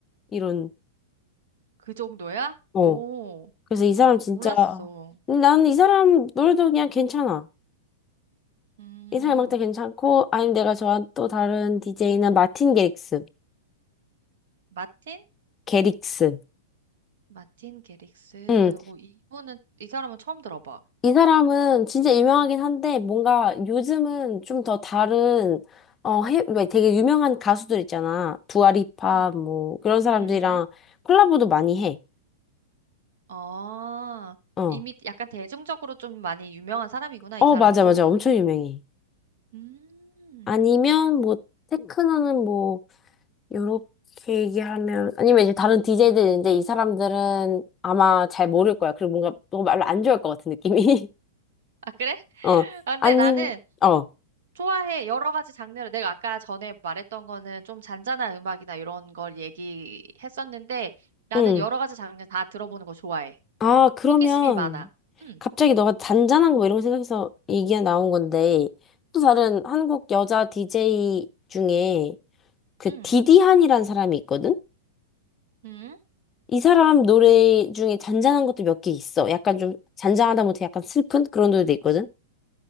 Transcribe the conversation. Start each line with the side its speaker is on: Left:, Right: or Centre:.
Left: 이런
Right: 그 정도야?
Left: 어.
Right: 오,
Left: 그래서 이 사람 진짜
Right: 몰랐어.
Left: 근데 나는 이 사람 노래도 그냥 괜찮아.
Right: 음,
Left: 이 사람 음악도 괜찮고 아니면 내가 좋아하는 또 다른 DJ는 마틴 게릭스.
Right: 마틴?
Left: 게릭스.
Right: 마틴 게릭스.
Left: 응,
Right: 오, 이분은, 이 사람은 처음 들어봐.
Left: 이 사람은 진짜 유명하긴 한데 뭔가 요즘은 좀 더 다른 어 해, 왜 되게 유명한 가수들 있잖아. 두아리파
Right: 음,
Left: 뭐 그런 사람들이랑
Right: 음,
Left: 콜라보도 많이 해.
Right: 아,
Left: 어.
Right: 이미 약간 대중적으로 좀 많이 유명한 사람이구나,
Left: 어
Right: 이 사람도.
Left: 맞아 맞아. 엄청 유명해.
Right: 음,
Left: 아니면 뭐 테크노는 뭐 요렇게 얘기하면 아니면 이제 다른 DJ들 있는데 이 사람들은 아마 잘 모를 거야. 그리고 뭔가 너무 말로 안 좋아할 것 같은 느낌이.
Right: 아, 그래?
Left: <laughs>
Right: <laughs>
Left: 어.
Right: 아, 근데
Left: 아님
Right: 나는
Left: 어.
Right: 좋아해. 여러 가지 장르를. 내가 아까 전에 말했던 거는 좀 잔잔한 음악이나 이런 걸 얘기했었는데, 나는
Left: 응.
Right: 여러 가지 장르 다 들어보는 거 좋아해.
Left: 아, 그러면
Right: 호기심이 많아. 음,
Left: 갑자기 너가 잔잔한 거 이런 거 생각해서 얘기가 나온 건데 또 다른 한국 여자 DJ 중에 그
Right: 음.
Left: 디디한이라는 사람이 있거든?
Right: 음.
Left: 이 사람 노래 중에 잔잔한 것도 몇 개 있어. 약간 좀 잔잔하다 못해 약간 슬픈 그런 노래도 있거든?